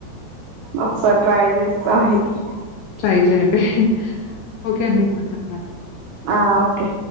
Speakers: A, on the right; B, on the left.
A: ఒకసారి ట్రై చేస్తాం అయితే
B: ట్రై చేయండి. ఓకే అండి. ఉంటా. బాయ్.
A: ఆ ఓకే